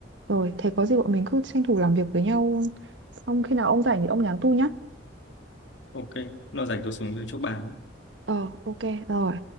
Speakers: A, on the right; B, on the left.
A: Rồi, thế có gì bọn mình cứ tranh thủ làm việc với nhau. Xong khi nào ông rảnh thì ông nhắn tu nhá.
B: ok nó rảnh tôi xuống chỗ bàn
A: Ờ, ok, rồi.